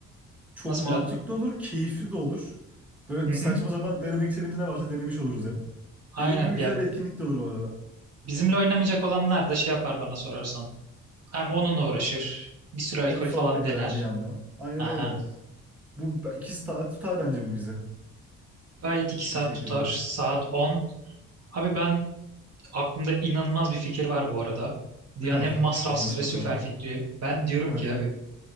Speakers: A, in the centre; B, on the right.
A: Çok
B: Nasıl
A: mantıklı
B: plan?
A: olur, keyifli de olur. Böyle
B: Hı
A: saçma
B: hı.
A: sapan denemek istediğimiz ne varsa denemiş oluruz hem.
B: Aynen.
A: Dediğin gibi güzel
B: Ya
A: bir etkinlik de olur bu arada.
B: bizimle oynamayacak olanlar da şey yapar bana sorarsan. Hem onunla uğraşır. Bir sürü alkol
A: Hem sohbet
B: falan dener.
A: eder bir yandan. Aynen
B: Aha.
A: öyle. Bu ikisi ta- tutar bence bu bizi.
B: Gayet iki saat
A: Bu şekilde.
B: tutar. Saat 10 Abi ben aklımda inanılmaz bir fikir var bu arada. Dünyanın
A: Hah,
B: en masrafsız
A: neymiş
B: ve
A: bakalım.
B: süper fikri. Ben diyorum
A: Hadi.
B: ki abi